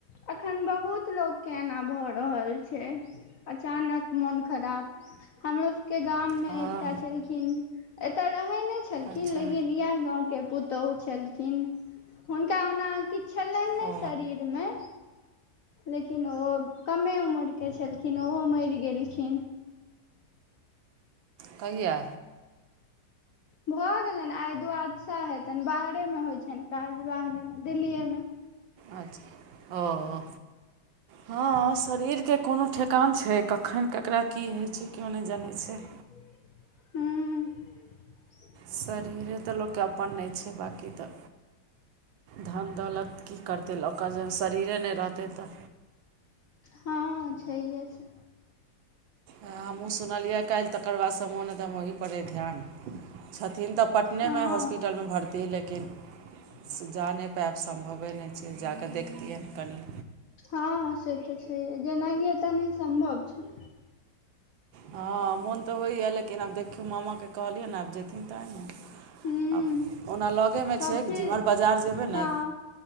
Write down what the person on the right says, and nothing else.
हँ
अच्छा
ओ
कहिया
अच्छा ओ हँ शरीरके कोनो ठेकान छै कखन ककरा की होइ छै केओ नहि जानै छै
शरीरे तऽ लोककेँ अपन नहि छै बाँकी तऽ धान दौलत की करतै ओकर जहन शरीरे नहि रहतै तऽ
हमहुँ सुनलियै काल्हि तकर बाद स मोन एकदम ओहिपरइ ध्यान छथिन तऽ पटनेमे
हॉस्पिटलमे भर्ती लेकिन
से जा नहि पायब सम्भवे नहि छै जा कऽ देखतियै कनि
हँ मोन तऽ होइए लेकिन आब देखियौ मामाके कहलियैन आब जेथिन तहन ने
आब ओना लगेमे
छै
जेम्हर बाजार जेबै
ने